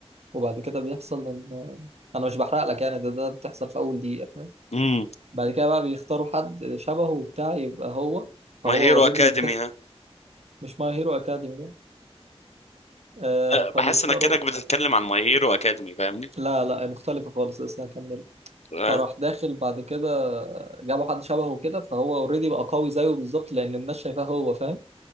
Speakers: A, on the right; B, on the left.
A: وبعد كده بيحصل ان آه، انا مش بحرق لك يعني ده ده بتحصل في اول دقيقه
B: امم
A: بعد كده بقى بيختاروا حد شبهه وبتاع يبقى هو فهو
B: ماي هيرو
A: اوريدي
B: اكاديمي
A: بيكتسب
B: ها
A: مش ماي هيرو اكاديمي ده آه
B: لا بحس
A: فبيختاروا
B: انك كانك بتتكلم عن ماي هيرو اكاديمي فاهمني
A: لا لا مختلفة خالص لسه هكمل
B: اه
A: فراح داخل بعد كده جابوا حد شبهه كده فهو اوريدي بقى قوي زيه بالظبط لان الناس شايفاه هو فاهم